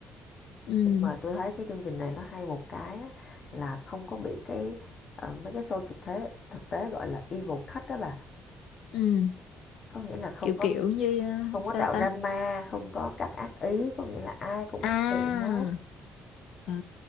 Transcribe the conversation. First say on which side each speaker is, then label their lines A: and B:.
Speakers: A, on the left; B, on the left.
A: ừ
B: Nhưng mà tôi thấy cái chương trình này nó hay một cái á, là không có bị cái ờ, mấy cái show thực tế thực tế gọi là evil cut đó bà.
A: ừ.
B: Có nghĩa là không
A: kiểu
B: có
A: kiểu như à,
B: không
A: sao
B: có tạo
A: ta
B: drama không có các ác ý có nghĩa là ai cũng
A: à,
B: thân thiện hết
A: à